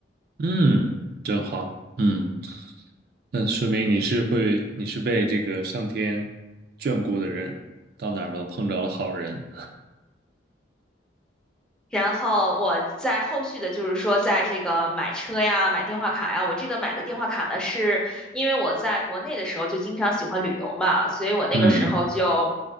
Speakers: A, on the right; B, in the centre.
A: 嗯，嗯真好。嗯。那说明你是会，你是被这个上天眷顾的人，到哪儿都碰着了好人。
B: 然后我在后续的，就是说，在这个买车呀、买电话卡呀，我这个买的电话卡呢，是因为我在国内的时候就经常喜欢旅游嘛，所以我那个时候就，
A: 嗯，